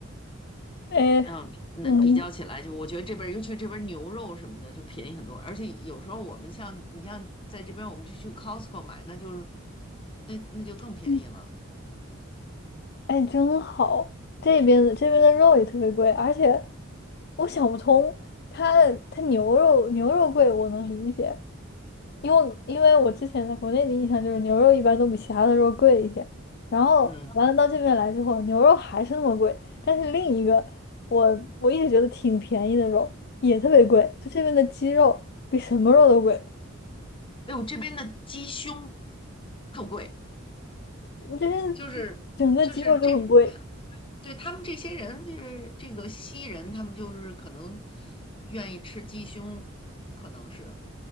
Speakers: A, on the left; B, on the left.
A: 哎，
B: 嗯，那比较起来就，
A: 嗯
B: 我觉得这边儿尤其这边儿牛肉什么的就便宜很多，而且有时候我们像你像在这边，我们就去 Costco 买，那就是那那就更便宜了。
A: 嗯，哎，真好。这边的这边的肉也特别贵，而且我想不通，它它牛肉牛肉贵我能理解，因为因为我之前在国内的印象就是牛肉一般都比其他的肉贵一些，然后完了到这边来之后，
B: 嗯，
A: 牛肉还是那么贵，但是另一个我我一直觉得挺便宜的肉也特别贵，就这边的鸡肉比什么肉都贵，
B: 哎呦，这边的鸡胸特贵，
A: 就是整个鸡肉就很贵。
B: 就是就是这，对他们这些人就是这个西人，他们就是可能愿意吃鸡胸，可能是，